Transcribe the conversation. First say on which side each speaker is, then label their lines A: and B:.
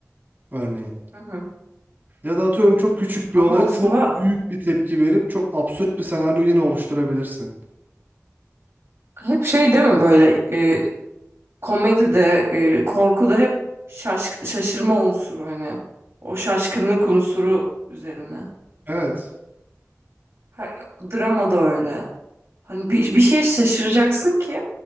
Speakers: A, on the right (about 40°); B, on the right (about 60°).
A: örneğin.
B: Hı hı.
A: Ya da atıyorum çok küçük bir
B: Ama
A: olaya
B: aslında
A: çok büyük bir tepki verip çok absürt bir senaryo yine oluşturabilirsin.
B: hep şey değil mi böyle e, komedi de e, korku da hep şaşk şaşırma unsuru hani o şaşkınlık unsuru üzerine.
A: Evet.
B: Ha, Drama da öyle. Hani bir, bir şeye şaşıracaksın ki